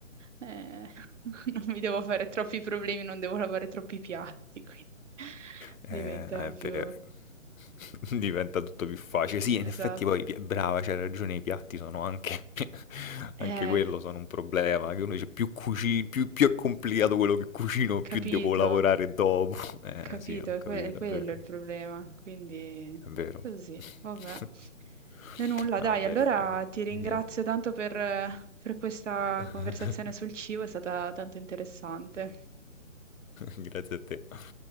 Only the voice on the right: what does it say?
eh, <laughs> non mi devo fare troppi problemi, non devo lavare troppi piatti, quindi <laughs>
diventa
più...
Esatto.
Eh,
capito.
Capito,
è,
que- è quello
il problema, quindi
così,
vabbè. E nulla,
dai,
allora
ti ringrazio
tanto per, per questa
conversazione sul cibo, è stata tanto interessante.